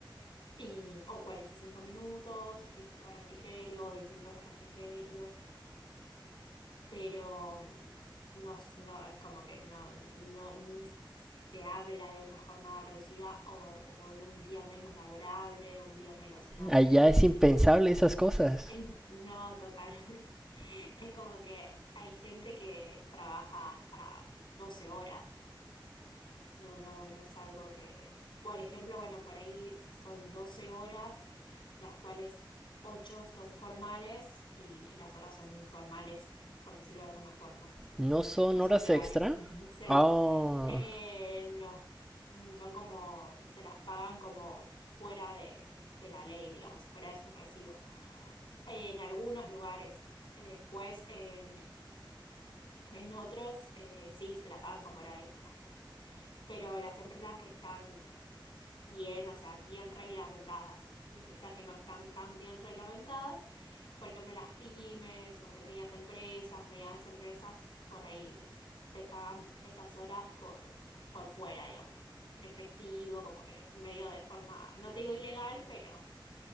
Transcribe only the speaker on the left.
Y, o 45 minutos, 15 de refrigerio, 10 minutos de refrigerio pero mm, no, es- no es como que no, no, ni se habla de una jornada reducida o, o de un día menos laborable, un día menos, no.
Em, No, total. <laughs> Es como que hay gente que trabaja hasta 12 horas. No, no, no es algo que... Por ejemplo, bueno, por ahí son 12 horas, de las cuales 8 son formales y las horas son informales, por decirlo de alguna forma.
No son
legales.
<laughs> Se
la- eh, no. Mm, Son como, se las pagan como fuera de, de la ley, digamos, fuera de su recibo. En algunos lugares. Después, eh, en otros, eh, sí, se la pagan como hora extra. Pero las empresas que están bien, o sea, bien reglamentadas. Hay empresas que no están tan bien reglamentadas. Por ejemplo, las pymes o pequeñas empresas, medianas empresas, por ahí te pagan esas horas por, por fuera, digamos, en efectivo, como que medio de forma, no te digo ilegal, pero